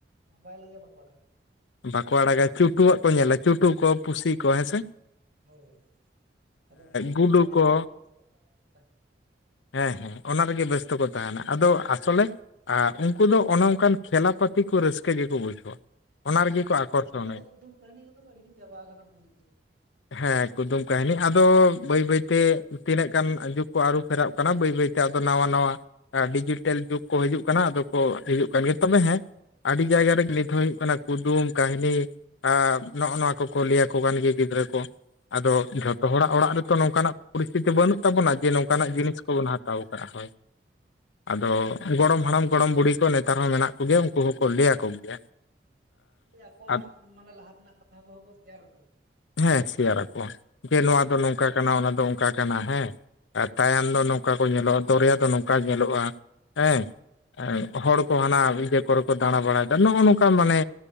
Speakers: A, on the right; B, on the left.
A: ᱢᱳᱵᱟᱭᱤᱞ ᱨᱮᱜᱮ ᱵᱟᱠᱚ ᱟᱲᱟᱜᱟ
B: ᱵᱟᱸᱠᱩ ᱟᱲᱟᱜᱟ ᱪᱩᱴᱩᱣᱟᱜ ᱠᱚ ᱧᱮᱞᱟ ᱪᱩᱴᱩ ᱠᱚ ᱯᱩᱥᱤ ᱠᱚ ᱦᱮᱸ ᱥᱮ
A: ᱦᱳᱭ ᱟᱫᱚ ᱚᱱᱟ ᱨᱮᱜᱮ
B: ᱜᱩᱰᱩ
A: ᱥᱟᱨᱟᱫᱤᱱ
B: ᱠᱚ
A: ᱢᱟᱱᱮ ᱵᱮᱥᱛᱚᱛᱟ ᱨᱮᱠᱚ ᱛᱟᱦᱮᱱᱟ
B: ᱦᱮᱸ ᱦᱮᱸ ᱚᱱᱟ ᱨᱮᱜᱮ ᱵᱮᱥᱛᱚᱠᱚ ᱛᱟᱦᱮᱱᱟ ᱟᱫᱚ ᱟᱥᱚᱞᱮ ᱟᱨ ᱩᱱᱠᱩ ᱫᱚ ᱚᱱᱮ ᱚᱱᱠᱟᱱ ᱠᱷᱮᱞᱟ ᱯᱟᱹᱛᱤ ᱠᱚ ᱨᱟᱹᱥᱠᱟᱹ ᱜᱮᱠᱚ ᱵᱩᱡᱷᱟᱹᱣᱟ ᱚᱱᱟ ᱨᱮᱜᱮ
A: ᱦᱳᱭ
B: ᱠᱚ ᱟᱠᱚᱨᱥᱚᱱᱮ
A: ᱟᱫᱚ ᱱᱮᱛᱟᱨ ᱫᱚ ᱠᱩᱫᱩᱢ ᱠᱟᱹᱦᱱᱤ ᱠᱚᱫᱚ ᱦᱤᱲᱤᱧ ᱪᱟᱵᱟ ᱟᱠᱟᱱᱟ ᱩᱱᱠᱩ <unintelligible>
B: ᱦᱮᱸ ᱠᱩᱫᱩᱢ ᱠᱟᱹᱦᱱᱤ ᱟᱫᱚ ᱵᱟᱹᱭ ᱵᱟᱹᱭᱛᱮ ᱛᱤᱱᱟᱹᱜ ᱜᱟᱱ ᱡᱩᱜᱽ ᱠᱚ ᱟᱹᱨᱩ ᱯᱷᱮᱨᱚᱜ ᱠᱟᱱᱟ ᱵᱟᱹᱭ ᱵᱟᱹᱭᱛᱮ ᱟᱫᱚ ᱱᱟᱣᱟ ᱱᱟᱣᱟ ᱟᱹᱰᱤ ᱡᱩᱴᱤᱞ ᱡᱩᱜᱽ ᱠᱚ ᱦᱤᱡᱩᱜ ᱠᱟᱱᱟ ᱟᱫᱚ ᱠᱚ ᱦᱤᱡᱩᱜ ᱠᱟᱱ ᱜᱮᱭᱟ ᱛᱚᱵᱮ ᱦᱮᱸ ᱟᱹᱰᱤ ᱡᱟᱭᱜᱟ ᱨᱮᱜᱮ ᱱᱤᱛ ᱦᱚᱸ ᱦᱩᱭᱩᱜ ᱠᱟᱱᱟ ᱠᱩᱫᱩᱢ ᱠᱟᱹᱦᱱᱤ ᱟᱨ ᱱᱚᱜᱼᱚ ᱱᱚᱣᱟ ᱠᱚᱠᱚ ᱞᱟᱹᱭᱟᱠᱚ ᱠᱟᱱ ᱜᱮᱭᱟ ᱜᱤᱫᱽᱨᱟᱹ ᱠᱚ ᱟᱫᱚ
A: ᱦᱳᱭ
B: ᱡᱷᱚᱛᱚ ᱦᱚᱲᱟᱜ ᱚᱲᱟᱜ ᱨᱮᱛᱚ ᱱᱚᱝᱠᱟᱱᱟᱜ ᱯᱚᱨᱤᱥᱛᱤᱛᱤ ᱵᱟᱹᱱᱩᱜ ᱛᱟᱵᱚᱱᱟ ᱡᱮ ᱱᱚᱝᱠᱟᱱᱟᱜ
A: ᱵᱟᱹᱱᱩᱜᱼᱟ
B: ᱡᱤᱱᱤᱥ
A: ᱵᱟᱹᱱᱩᱜᱼᱟ
B: ᱠᱚᱵᱚᱱ ᱦᱟ ᱦᱟᱛᱟᱣ ᱟᱠᱟᱫ ᱦᱳᱭ ᱟᱫᱚ ᱜᱚᱲᱚᱢ-ᱦᱟᱲᱟᱢ ᱜᱚᱲᱚᱢ-ᱵᱩᱰᱦᱤ ᱠᱚ ᱱᱮᱛᱟᱨ ᱦᱚᱸ ᱢᱮᱱᱟᱜ ᱠᱚ ᱜᱮᱭᱟ ᱩᱱᱠᱩ ᱦᱚᱸᱠᱚ ᱞᱟᱹᱭ ᱟᱠᱚ ᱜᱮᱭᱟ
A: <unintelligible> ᱟᱠᱚᱣᱟᱜ
B: ᱟᱨ
A: ᱢᱟᱱᱮ ᱞᱟᱦᱟ ᱛᱮᱱᱟᱜ ᱠᱟᱛᱷᱟ <unintelligible> ᱦᱚᱸᱠᱚ ᱠᱚ ᱥᱮᱭᱟᱨ ᱚᱴᱚ
B: ᱦᱮᱸ ᱥᱮᱭᱟᱨᱟᱠᱚ ᱡᱮ ᱱᱚᱣᱟ ᱫᱚ ᱱᱚᱝᱠᱟ ᱠᱟᱱᱟ ᱚᱱᱟ ᱫᱚ ᱚᱝᱠᱟ ᱠᱟᱱᱟ ᱦᱮᱸ ᱟᱨ ᱛᱟᱭᱟᱱ ᱫᱚ ᱱᱚᱝᱠᱟ ᱠᱚ ᱧᱮᱞᱚᱜᱼᱟ ᱫᱚᱨᱭᱟ ᱫᱚ ᱱᱚᱝᱠᱟ ᱧᱮᱞᱚᱜᱼᱟ ᱦᱮᱸ
A: ᱟᱠᱚᱣᱟ
B: ᱦᱚᱲ ᱦᱟᱱᱟ ᱤᱭᱟᱹ ᱠᱚᱨᱮ ᱠᱚ ᱫᱟᱬᱟ ᱵᱟᱲᱟᱭᱮᱫᱟ ᱱᱚᱜᱼᱚᱸᱭ ᱱᱚᱝᱠᱟ ᱢᱟᱱᱮ